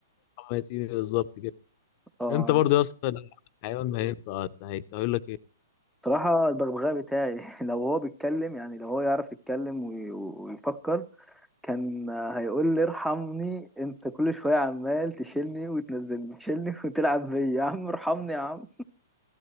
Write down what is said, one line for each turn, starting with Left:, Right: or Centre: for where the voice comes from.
Left: ما يتيني بالظبط كده
Centre: اه
Left: انت برضه يا اسطى لو حيوان ما هينطق هيك- هيقول لك ايه
Centre: صراحه البغبغاء بتاعي <laughs> لو هو بيتكلم يعني لو هو يعرف يتكلم وي- ويفكر كان هيقول لي ارحمني انت كل شويه عمال تشيلني وتنزلني تشيلني <laughs> وتلعب بيا يا عم ارحمني يا عم